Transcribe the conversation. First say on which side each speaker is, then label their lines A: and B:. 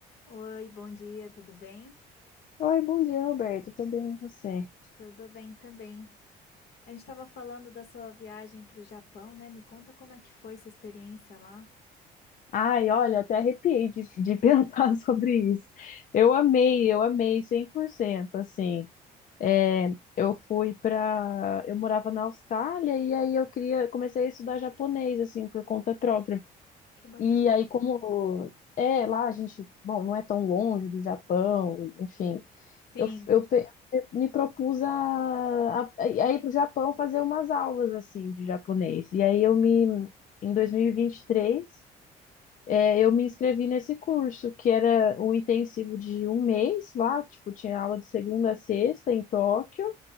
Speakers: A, on the left; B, on the left.
A: Oi, bom dia, tudo bem?
B: Oi, bom dia, Roberto. Tudo bem, e você?
A: Tudo bem também. A gente estava falando da sua viagem para o Japão, né? Me conta como é que foi sua experiência lá.
B: Ai, olha, até arrepiei de, de <laughs> pensar sobre isso. Eu amei, eu amei 100%, assim. É, eu fui pra... Eu morava na Austrália e aí eu queria... Comecei a estudar japonês, assim, por conta própria.
A: Que bacana.
B: E aí, como... É, lá a gente... Bom, não é tão longe do Japão, enfim.
A: Sim.
B: Eu, eu pe- me propus a, a, a ir para o Japão fazer umas aulas assim de japonês. E aí eu me, em 2023, é, eu me inscrevi nesse curso, que era um intensivo de um mês lá, tipo, tinha aula de segunda a sexta em Tóquio,